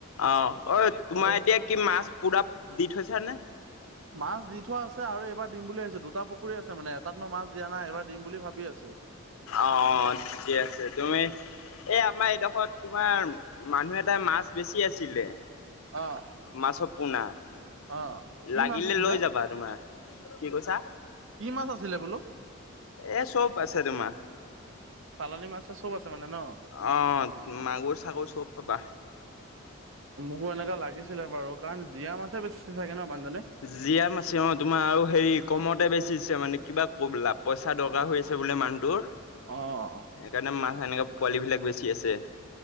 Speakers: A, on the left; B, on the right.
A: অ অ তোমাৰ
B: এ
A: এতিয়া কি মাছ পুৰা দি থৈছা নে-
B: মাছ দি থোৱা আছে আৰু এইবাৰ দিম বুলি ভাবছো দুটা পুখুৰী আছে মানে এটাত - মই মাছ দিয়া নাই এবাৰ দিম বুলি ভাবি আছো।
A: অ অ ঠিকে আছে তুমি- এ আমাৰ এইডোখৰত তোমাৰ মানুহ এটাই মাছ- বেছি আছিলে
B: অ'।
A: মাছৰ পোনা-
B: অ', কি
A: লাগিলে
B: মাছ আছিলে
A: লৈ যাবা তোমাৰ কি কৈছা?
B: <inaudible> কি মাছ আছিলে বোলো
A: এ চব আছে তোমাৰ
B: চালানি মাছা- চাচ চব আছে মানে? ন?
A: আহ, মাগুৰ - চাগৰ চব পাবা।
B: মোক এনেকুৱা লাগিছিলে বাৰু, কাৰণ জীয়া মাছে বেছি চাগে ন মানুহজনে
A: জীয়া মাছে অ, তোমাৰ আৰু হেৰি কমতে বেচিছে মানে কিবা <inaudible> বোলা পইচা দৰকাৰ হৈ আছে বোলে মানুহ তোৰ সেইকাৰণে
B: অ'।
A: মানুহ সেনেকে পোৱালি বিলাক বেছি আছে